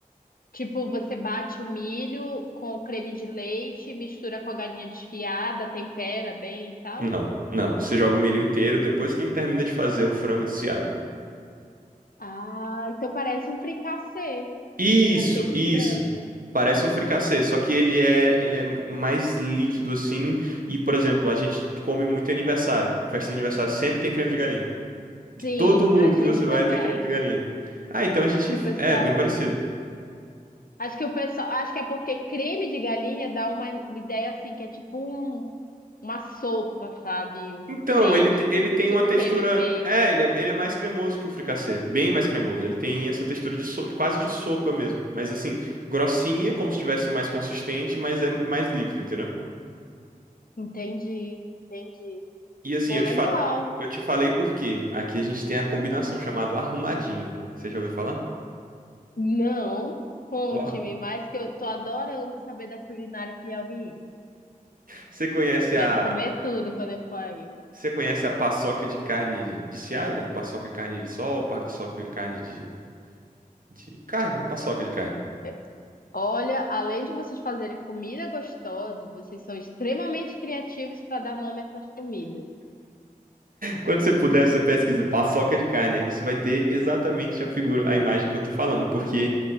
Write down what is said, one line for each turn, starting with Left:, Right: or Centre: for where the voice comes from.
Left: Tipo, você bate o milho com creme de leite, mistura com a galinha desfiada, tempera bem e tal?
Right: Não, não, você joga o milho inteiro depois que termina de fazer o frango desfiado.
Left: Ah, então parece um fricassê.
Right: Isso,
Left: Um fricassê de
Right: isso.
Left: frango.
Right: Parece um fricassê, só que ele é, ele é mais líquido assim, e, por exemplo, a gente come muito em aniversário. Festa de aniversário sempre tem creme de galinha. De
Left: Sim,
Right: todo mundo
Left: a gente
Right: que você vai
Left: também.
Right: tem creme de galinha. Ah, então a gente.
Left: Acho que o pessoal.
Right: É, bem parecido.
Left: Acho que o pessoal, acho que é porque creme de galinha dá uma ideia assim, que é tipo um- uma sopa, sabe? Um
Right: Então,
Left: creme,
Right: ele, te- ele tem
Left: tipo
Right: uma textura.
Left: creme verde.
Right: É, ele é, ele é mais cremoso que o fricassê. Bem mais cremoso. Ele tem essa textura de so- quase de sopa mesmo. Mas assim, grossinha, como se estivesse mais consistente, mas é mais líquido, entendeu?
Left: Entendi, entendi.
Right: E assim,
Left: Pô,
Right: eu
Left: legal.
Right: te, fa... eu te falei por quê. Aqui a gente tem a combinação chamada arrumadinho. Você já ouviu falar?
Left: Não, conte-me
Right: O ar-
Left: mais que eu tô adorando saber da culinária piauiense.
Right: Você conhece
Left: Quero
Right: a.
Left: comer tudo quando eu for aí.
Right: Você conhece a paçoca de carne de seada? Paçoca de carne de sol, paçoca de carne de De carne, paçoca de carne.
Left: É, Olha, além de vocês fazerem comida gostosa, vocês são extremamente criativos para dar nome a essas comidas.
Right: Quando você puder, você pesquisa paçoca de carne. Aí você vai ter exatamente a figura, a imagem que eu tô falando. Porque